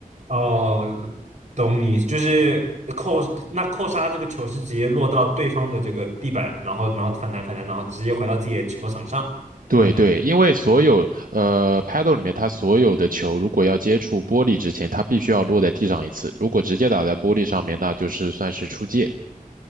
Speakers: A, on the right; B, on the right.
A: 哦，懂你，就是扣，那扣杀这个球是直接落到对方的这个地板，然后然后反弹反弹，然后直接回到自己的球场上，
B: 对对，
A: 这种感觉。
B: 因为所有呃 paddle 里面，它所有的球如果要接触玻璃之前，它必须要落在地上一次。如果直接打在玻璃上面，那就是算是出界。